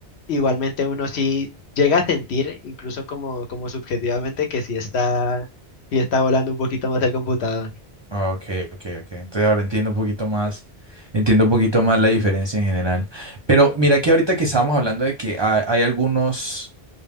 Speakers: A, on the left (about 80°); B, on the right (about 35°).
A: igualmente uno sí llega a sentir, incluso como, como subjetivamente, que sí está, sí está volando un poquito más el computador.
B: Ah, Ok, ok, ok. Entonces ahora entiendo un poquito más, entiendo un poquito más la diferencia en general. Pero mira que ahorita que estábamos hablando de que ha- hay, algunos